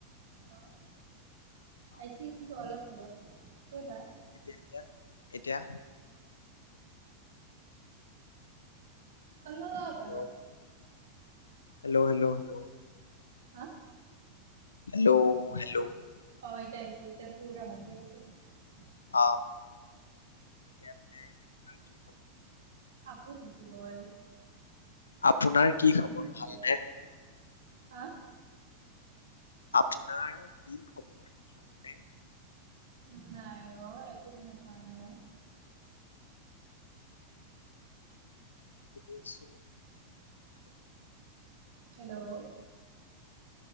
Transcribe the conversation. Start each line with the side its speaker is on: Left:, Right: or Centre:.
Right: আহ পাইছে
Left: অ
Right: কিন্তু অলপ অলপ কবা
Left: এতিয়া এতিয়া এতিয়া
Right: অল
Left: হেল্ল'
Right: বাৰু <unintelligible>
Left: হেল্ল' হেল্ল' হেল্ল'
Right: হয়
Left: হেল্ল' হেল্ল'
Right: অ এট আহছে ইতিয়া পুৰা হৈত আহিছে
Left: অ এতিয়া মানে আপোনাৰ কি সময় হয় ই
Right: আকৌ গুচি গল
Left: আপোনাৰ কি খবৰ
Right: হৈ
Left: ভাল
Right: আছে
Left: নে?
Right: হা
Left: আপোনাৰ কি খবৰ ভালনে
Right: উ নাই অ একো নাপোৱা নাই অ
Left: মই সুধি আছো আপোনাৰ কি খবৰ
Right: হেল্ল'